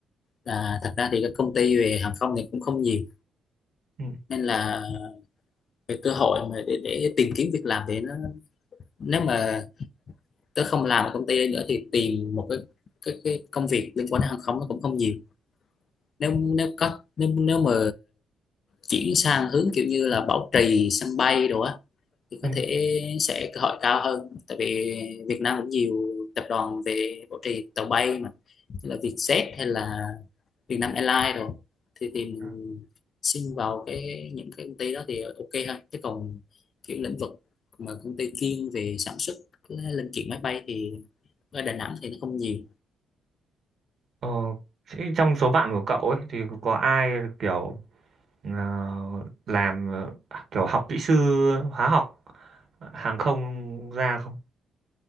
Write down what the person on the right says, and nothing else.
Ừ.
Ừ.
Ừ.
Ờ, thế trong số bạn của cậu ấy thì có ai kiểu ờ, làm ờ, kiểu học kỹ sư hóa học ờ, hàng không ra không?